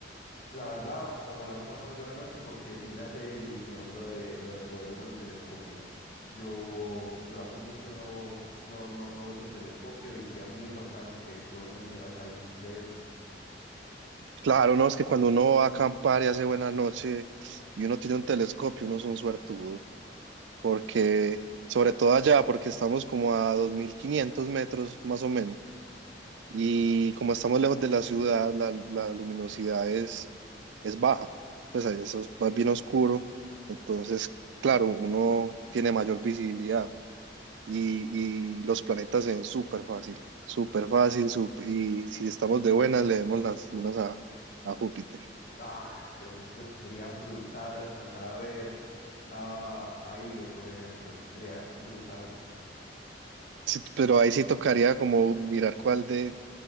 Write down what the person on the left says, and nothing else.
La verdad, ojalá no salga muy buena noche porque sí me hace ilusión lo de, lo de poder usar el telescopio. Yo, yo hace mucho no, no, no, no uso un telescopio y sería muy bacano que, que vos me enseñaras ahí de eso.
Ah, se- se- se- sería brutal alcanzar a ver ah, a Io, por ejemplo. Sería brutal